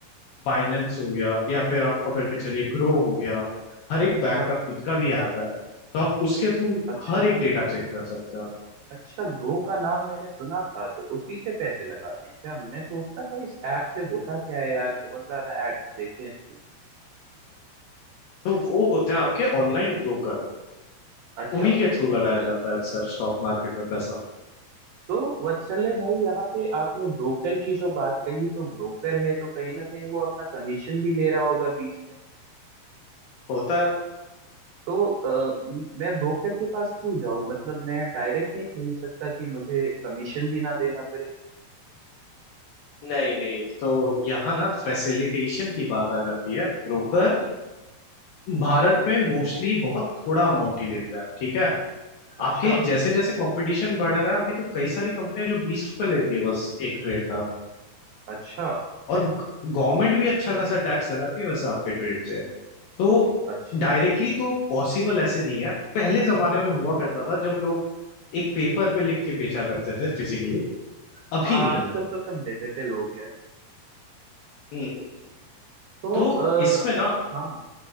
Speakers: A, on the left (about 70°); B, on the right (about 80°).
A: बाइनेंस हो गया या फिर आप पकड़ के चलिए ग्रो हो गया हर एक
B: अच्छा
A: बैंक का खुद का भी ऐप है तो आप उसके थ्रू
B: अच्छा
A: हर एक डेटा चेक कर सकते हैं
B: अच्छा ग्रो का नाम मैंने सुना था तो उसी से पैसे लगाते हैं क्या मैं सोचता था इस ऐप से होता क्या है यार बहुत ज्यादा एड्स देखे हैं इसके
A: तो वो होते हैं आपके ऑनलाइन ब्रोकर
B: अच्छा
A: उन्हीं के थ्रू लगाया जाता है अक्सर स्टॉक मार्केट में पैसा
B: तो वत्सल्य भाई यहाँ पे आपने ब्रोकर की जो बात कही तो ब्रोकर है तो कहीं ना कहीं वो अपना कमीशन भी ले रहा होगा बीच में
A: होता है
B: तो अ, म- मैं ब्रोकर के पास क्यों जाऊं मतलब मैं डायरेक्ट नहीं खरीद सकता कि मुझे कमीशन भी ना देना पड़े
A: नहीं नहीं तो यहाँ ना फैसिलिटेशन की बात आ जाती है ब्रोकर भारत
B: हाँ हाँ
A: में मोस्टली बहुत थोड़ा अमाउंट ही लेते हैं ठीक है
B: अच्छा
A: आपके जैसे जैसे कंपटीशन बढ़ रहा है अभी तो कई सारी कंपनियां जो बीस रुपए लेती है बस एक ट्रेड का
B: अच्छा
A: और गवर्नमेंट भी अच्छा खासा टैक्स लगाती है वैसे आपके ट्रेड पे तो
B: अच्छा
A: डायरेक्टली तो पॉसिबल ऐसे नहीं है पहले जमाने में हुआ
B: हम्म हम्म।
A: करता था जब लोग एक पेपर पे लिख के बेचा करते थे फिजिकली अभी
B: हाँ
A: नहीं
B: आजकल
A: है
B: तो सब डिजिटल हो गया है
A: हम्म
B: तो
A: तो
B: आ,
A: इसमें ना
B: हाँ